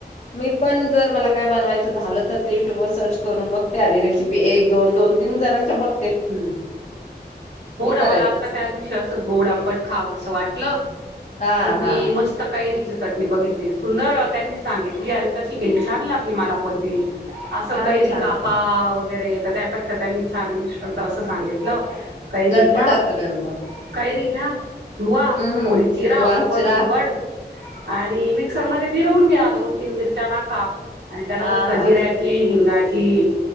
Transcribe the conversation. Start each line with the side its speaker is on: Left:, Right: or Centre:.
Left: मी पण जर मला काय बनवायच झालं तर ते युट्यूब वर सर्च करून बघते आधी रेसिपी एक-दोन, दोन-तीन जणांच्या बघ
Right: हुं हो ना
Left: करायची
Right: मला आता त्या दिवशी असं गोड आंबट खावं असं वाटलं
Left: हा
Right: तर
Left: हा
Right: मी मस्त कैरीची चटणी बघित ली सुंदर त्यांनी सांगितली आणि तशी केली छान लागली मला पण ती असं
Left: छान
Right: कैरी
Left: छान
Right: कापा वगैरे तर त्यापेक्षा त्यांनी छान इन्स ट आसं सांगितलं कैरी
Left: झटपट
Right: घ्या
Left: असतं त्यांचं
Right: कैरी घ्या धुवा
Left: हम्म हम्म
Right: थोडी चिरा
Left: धुवा
Right: ओबड-धोबड
Left: चिरा
Right: आणि मिक्सर मध्ये फिरवून घ्या दोन तीन मिरच्या टाका. आणि त्याला
Left: हा
Right: मस्त जिऱ्याची, हिंगाची, की